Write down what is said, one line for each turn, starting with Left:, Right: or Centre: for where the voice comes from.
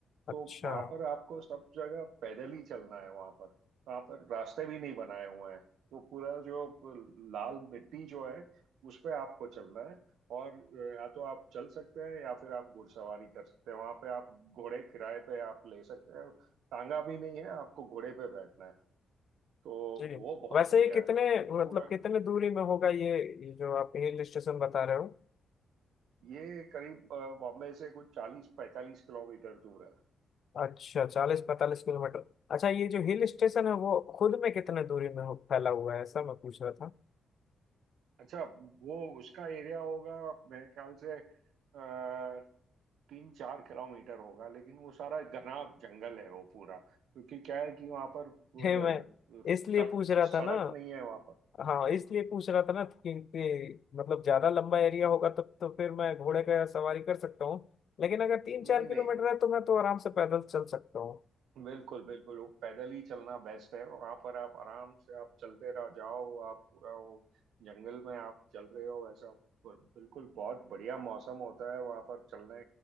Left: अच्छा
Right: तो वहाँ पर आपको सब जगह पैदल ही चलना है वहाँ पर वहाँ पर रास्ते भी नहीं बनाए हुए हैं तो पूरा जो लाल मिट्टी जो है उस पे आपको चलना है और अ, या तो आप चल सकते हैं या फिर आप घुड़सवारी कर सकते हैं वहां पे आप घोड़े किराए पे आप ले सकते हैं टांगा भी नहीं है आपको घोड़े पे बैठना है तो
Left: जी
Right: वो बहुत
Left: वैसे
Right: बढ़िया
Left: ये कितने
Right: है
Left: मतलब
Right: पूरा
Left: कितने दूरी में होगा ये ये जो आप हिल स्टेशन बता रहे हो
Right: ये करीब अ, बॉम्बे से कुछ चालीस पैंतालीस किलोमीटर दूर है
Left: अच्छा चालीस पैंतालीस किलोमीटर अच्छा ये जो हिल स्टेशन है वो खुद में कितने दूरी में हो- फैला हुआ है ऐसा मैं पूछ रहा था
Right: अच्छा वो उसका एरिया होगा मेरे ख्याल से आ, तीन चार किलोमीटर होगा लेकिन वो सारा घना जंगल है वो पूरा क्योंकि क्या है कि वहां पर
Left: है मैं
Right: अ,
Left: इसलिए
Right: सड़-
Left: पूछ रहा
Right: सड़क
Left: था ना
Right: नहीं है वहां पर
Left: हाँ
Right: वो-
Left: इसलिए पूछ रहा था ना क्योंकि मतलब ज्यादा लंबा एरिया होगा तब तो, फिर मैं घोड़े का सवारी कर सकता हूँ लेकिन अगर तीन
Right: नहीं
Left: चार किलोमीटर
Right: नहीं
Left: है तो मैं तो आराम से पैदल चल सकता हूँ
Right: बिल्कुल बिल्कुल वो पैदल ही चलना बेस्ट है वहां पर आप आराम से आप चलते रहो जाओ आप पूरा वो जंगल में आप चल रहे हो वैसा बिल्कुल बिल्कुल बहुत बढ़िया मौसम होता है वहां पर चलने